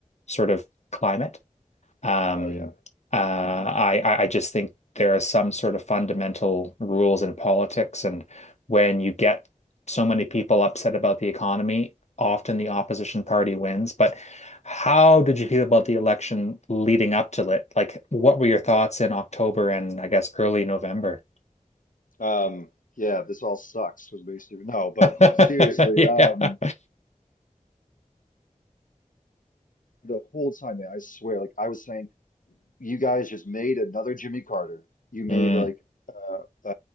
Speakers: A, on the left; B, on the left.
A: sort of climate. Um,
B: oh yeah.
A: uh,
B: Mhm.
A: I I I just think there are some sort of fundamental rules in politics, and when you get so many people upset about the economy, often the opposition party wins. But how did you feel about the election leading up to it? Like, what were your thoughts in October and I guess early November?
B: Um, yeah, this all sucks was basically no, but
A: <laughs>
B: seriously,
A: Yeah.
B: um, the whole time, man, I swear, like I was saying. you guys just made another Jimmy Carter. You made
A: Mm,
B: like uh, uh,